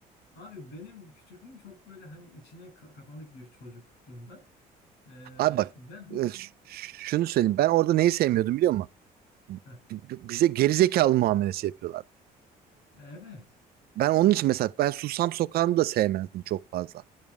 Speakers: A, on the left; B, on the right.
A: abi benim küçüklüğüm çok böyle hani içine ka- kapanık bir çocuktum ben. Ee,
B: Abi bak
A: ve hani,
B: e, ş- şunu söyleyeyim. Ben orada neyi sevmiyordum biliyor musun?
A: Heh,
B: B- b- Bize gerizekalı muamelesi yapıyorlardı.
A: evet.
B: Ben onun için mesela ben Susam Sokağı'nı da sevmezdim çok fazla.